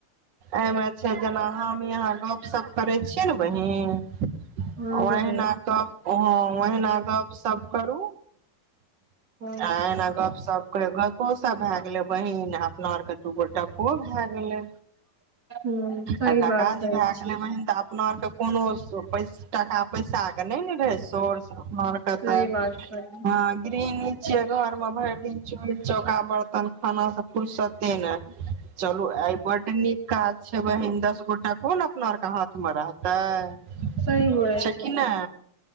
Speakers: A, on the right (about 60°); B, on the right (about 45°).
A: एहिमे छै जेना हम यहाँ गपशप करै छियै ने बहिीन। ओह
B: हँ बहिन
A: न क। ह ओहिना गप सब करू।
B: हँ
A: आ एना गप करै गपो सब भाए भऽ गेलै बहिन अपना आर के दू गोटा पै ओ भए गेलै
B: ह्म सही
A: आ टाका
B: बात करै
A: जे भए
B: छी
A: गेलै बहिन तऽ अपना आरके कोनो टाका पैसाके नहि ने रहै सोर्स हमरा आर के
B: सही
A: तऽ
B: बात कह
A: ह ग्रीन छियै घर मे भरि दिन चूल चौखा बर्तन खाना से फुरसते ने चलू आय बड निक काज छै बहिन दस गो गो टको ने अपना आर के हाथ मे रहत तऽ
B: सही बोलै
A: छै
B: छी
A: कि ने